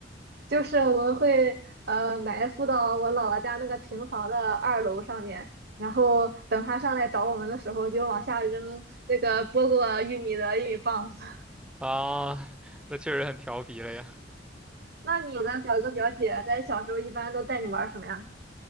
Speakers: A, on the right (about 60°); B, in the centre.
A: 就是我们会呃埋伏到我姥姥家那个平房的二楼上面，然后等他上来找我们的时候，就往下扔那个剥过玉米的玉米棒子。<laughs>
B: 啊，那确实很调皮了呀。
A: 那你的表哥表姐在小时候一般都带你玩什么呀？